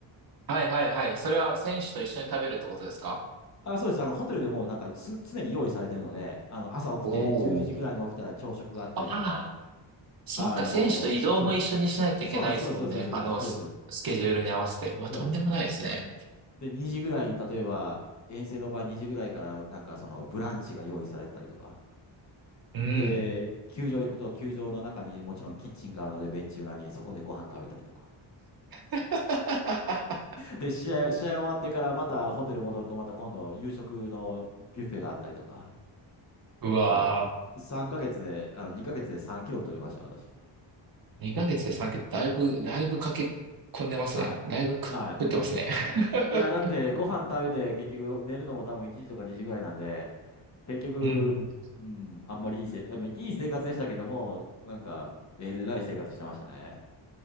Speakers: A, on the right; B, on the left.
A: いはいはい。それは選手と一緒に食べるってことですか
B: あ、そうです。あの、ホテルでもうなんかす、常に用意されてるので、あの、朝起きて、
A: おおー。
B: 10時ぐらいに起きたら朝食があったりとか、
A: ああ、そっか、
B: あの、
A: 選手と移動も一緒にしないといけないですもんね。
B: そうです。そうなんです。そうです。そうです。そうです。
A: あの、
B: そうです。
A: ス、
B: そうです。
A: スケジュールに合わせて。うわ、
B: そうです
A: とんでもないですね。
B: で、2時ぐらいに、例えば、遠征の場合2時ぐらいから、なんかその、ブランチが用意されてたりとか。
A: うん。
B: で、球場行くと、球場の中にもちろんキッチンがあるので、ベンチ裏にそこでご飯食べたりとか。
A: <laughs>
B: で、試合、試合終わってからまたホテル戻るとまた今度夕食のビュッフェがあったりとか。
A: うわー
B: はい。3ヶ月で、あの、2ヶ月で3キロ太りましたよ、私。
A: 2ヶ月で3桁、だいぶ、だいぶ駆け込んでますね。
B: は
A: だいぶ食ってますね。
B: い。はい。け、いや、だってご飯食べて結局寝るのも多分1時とか2時ぐらいなんで、
A: <laughs>
B: 結局、
A: うんうん。
B: うん、あんまりいいせ、あんまりいい生活でしたけども、なんか、えらい生活してましたね。